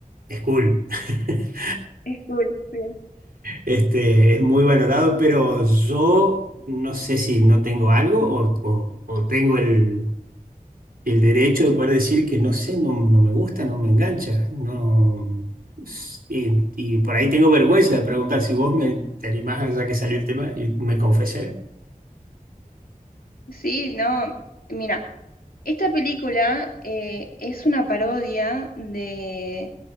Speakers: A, on the right; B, on the left.
A: es cool. <laughs>
B: Es cool, sí.
A: Este, es muy valorado, pero yo no sé si no tengo algo o, o- o tengo el, el derecho de poder decir que no sé, no, no me gusta, no me engancha. No, y, y por ahí tengo vergüenza de preguntar si vos me, te animás, ya que salió el tema, y me confesé.
B: Sí, no, mira. Esta película eh, es una parodia de,